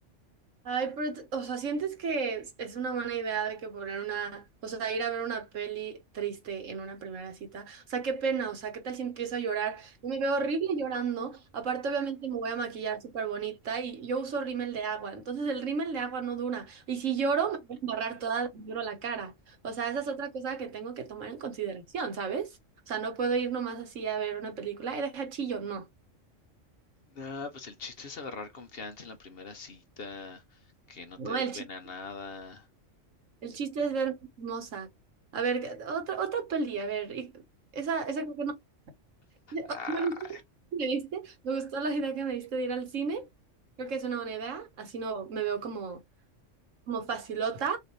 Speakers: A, on the right; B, on the left.
A: Ay, pero, t- o sea, ¿sientes que es, es una buena idea de que poner una, o sea, ir a ver una peli triste en una primera cita? O sea, qué pena, o sea, ¿qué tal si empiezo a llorar? Yo me veo horrible llorando. Aparte, obviamente, me voy a maquillar súper bonita y yo uso rímel de agua. Entonces, el rímel de agua no dura. Y si lloro, me voy a embarrar toda, de negro la cara. O sea, esa es otra cosa que tengo que tomar en consideración, ¿sabes? O sea, no puedo ir nomás así a ver una película y deja chillo, no.
B: Nada, pues el chiste es agarrar confianza en la primera cita, que no
A: No,
B: te dé
A: el
B: pena
A: chillo.
B: nada.
A: El chiste es verme hermosa. A ver, ¿qué- otra, otra peli, a ver. y- Esa, esa creo que no. Eh,
B: Ah,
A: Oh, Me gustó, ¿me diste? Me gustó la idea que me diste de ir al cine. Creo que es una buena idea. Así no me veo como, como facilota.